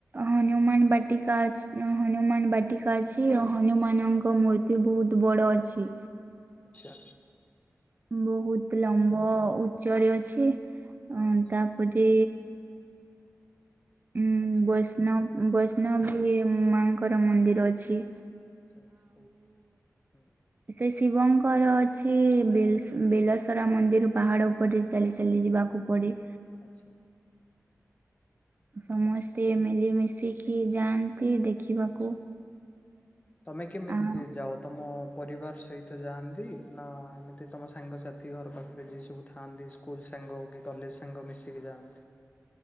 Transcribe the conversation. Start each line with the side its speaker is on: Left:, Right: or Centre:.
Right: ହନୁମାନ ବାଟିକା ଅଛ୍ ହନୁମାନ ବାଟିକା ଅଛି ହନୁମାନଙ୍କ ମୂର୍ତ୍ତି ତ୍ତି ବହୁତ ବଡ଼ ଅଛି।
Left: ଆଚ୍ଛା।
Right: ବହୁତ ଲମ୍ବ ଉଚ୍ଚରେଅଛି ଅଁ
Left: ଆଚ୍ଛା
Right: ତାପରେ ଉୁଁ
Left: ଆଚ୍ଛା ଆଚ୍ଛା
Right: ବୈଷ୍ଣବ ବୈଷ୍ଣବଦେବି ମାଙ୍କର ମନ୍ଦିର ଅଛି।
Left: ଆଚ୍ଛା ଆଚ୍ଛା ବହୁତ ହୁଁ।
Right: ସେଇ ଶିବଙ୍କର ଅଛି ବେଲ ବେଲସରା ମନ୍ଦିର ପାହାଡ ଉପରେ ଚାଲି ଚାଲି ଯିବାକୁ ପଡେ।
Left: ଆଚ୍ଛା।
Right: ସମସ୍ତେ
Left: ଆଚ୍ଛା
Right: ମିଳିମିଶିକି ଯାଆନ୍ତି ଦେଖିବାକୁ।
Left: ହୁଁ। ତମେ କେମିତିକି
Right: ଆ
Left: ଯାଅ ତମ ପରିବାର ସହିତ ଯାଆନ୍ତି ନା ଏମିତି ତମ ସାଙ୍ଗସାଥି ଘର ପାଖରେ ଯିଏ ସବୁ ଥାଆନ୍ତି। ସ୍କୁଲ ସାଙ୍ଗ କିକଲେଜ ସାଙ୍ଗ ମିଶିକି ଯାଆନ୍ତି।